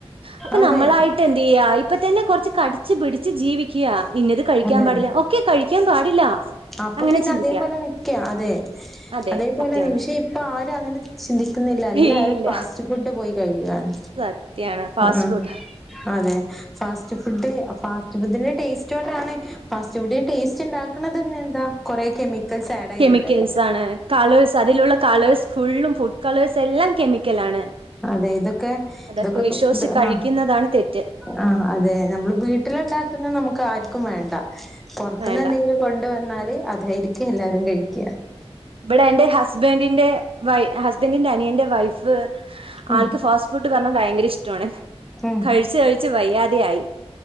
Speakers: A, on the right; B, in the centre.
A: അപ്പൊ
B: അതെ
A: നമ്മളായിട്ട് എന്ത്യ്യാ ഇപ്പ തന്നെ കുറച്ച് കടിച്ചു പിടിച്ച് ജീവിക്ക്യാ ഇന്നത് കഴിക്കാൻ
B: അതെ
A: പാടില്ല ഒക്കെ കഴിക്കാൻ പാടില്ല
B: അപ്പൊ
A: അങ്ങനെ
B: പിന്നെ
A: ചിന്തിക്കുക
B: അതേപോലെ നിക്കാ അതെ
A: അതെ
B: അതേപോലെ
A: സത്യാണ്
B: നി പഷേ ഇപ്പൊ ആരും അങ്ങനെ ചിന്തിക്കുന്നില്ല എല്ലാരും
A: ഇല്ല
B: ഫാസ്റ്റ് ഫുഡ് പോയി കഴിക്കുകാണ്
A: സത്യാണ് ഫാസ്റ്റ്
B: ഉം
A: ഫുഡ്
B: അതെ ഫാസ്റ്റ് ഫുഡ് ഫാസ്റ്റ് ഫുഡിന്റെ ടേസ്റ്റോണ്ടാണ് ഫാസ്റ്റ് ഫുണ്ടിന് ടേസ്റ്റ്ണ്ടാ ക്ക്ണത് തന്നെ എന്താ കൊറേ കെമിക്കൽസ് ആഡയ്തിട്ടല്ലേ
A: കെമിക്കൽസ് ആണ് കളേഴ്സ് അതിലുള്ള കളേഴ്സ് ഫുള്ളും ഫുഡ് കളേഴ്സ് എല്ലാം കെമിക്കലാണ്.
B: അതെ ഇതൊക്കെ
A: അതൊക്കെ
B: ഇതൊക്കെ
A: വിശ്വസിച്ച്
B: ഇ
A: കഴിക്കുന്നതാണ്
B: ആ
A: തെറ്റ്
B: ആ അതെ നമ്മള് വീട്ടിലിണ്ടാ ക്ക്ന്ന നമ്ക്ക് ആര് ക്കും വേണ്ട പൊർത്തിന്ന്
A: വേണ്ട
B: എന്തെങ്കിലും കൊണ്ട് വന്നാല് അതായിരിക്കും എല്ലാരും കഴിക്ക.
A: ഇവിടെ എന്റെ ഹസ്ബൻ്റിന്റെ വൈ ഹസ്ബന്റിന്റെ അനിയന്റെ വൈഫ്
B: ഉം
A: ആൾക്ക് ഫാസ്റ്റ് ഫുഡ് പർഞ്ഞാ ഭയങ്കര ഇഷ്ടോണ്
B: ഉം
A: കഴിച്ച് കഴിച്ച് വയ്യാതെ ആയി.